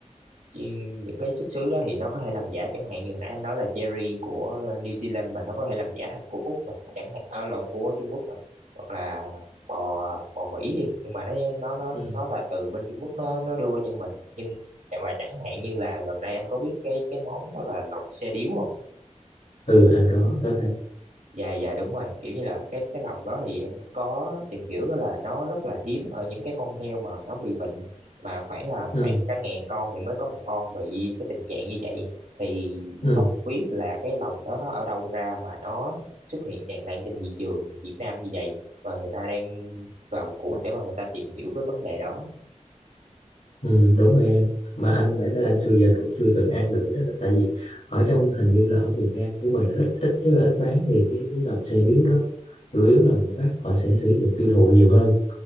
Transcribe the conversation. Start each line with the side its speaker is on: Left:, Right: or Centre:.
Right: Chứ những cái xuất xứ đó thì nó có thể làm giả chẳng hạn như hồi nãy anh nói là cherry của New Zealand mà nó có thể làm giả thành của Úc nè chẳng hạn à, lộn của Trung Quốc nè hoặc là bò bò Mỹ đi nhưng mà nó nó nó
Left: ừ
Right: nó là từ bên Trung Quốc nó nó đưa qua cho mình nhưng và chẳng hạn như là gần đây anh có biết cái cái món đó là lòng xe điếu không
Left: ừ anh có có thấy
Right: dạ dạ đúng rồi kiểu như là cái cái lòng đó thì em có tìm hiểu đó là nó rất là hiếm ở những cái con heo mà nó bị bệnh mà khoảng là
Left: ừ
Right: khoảng cả ngàn con thì mới có một con bị cái tình trạng như vậy thì
Left: ừ
Right: không biết là cái lòng đó nó ở đâu ra mà nó xuất hiện tràn lan trên thị trường Việt Nam như vậy và người ta đang vào cuộc để mà người ta tìm hiểu cái vấn đề đó
Left: ừ, đúng rồi em mà anh bản thân anh xưa giờ anh cũng chưa từng ăn được cái đó nữa. tại vì ở trong hình như là ở miền Nam của mình là ít ít rất là ít bán về cái cái lòng xe điếu đó chủ yếu là miền Bắc họ sẽ sử dụng tiêu thụ nhiều hơn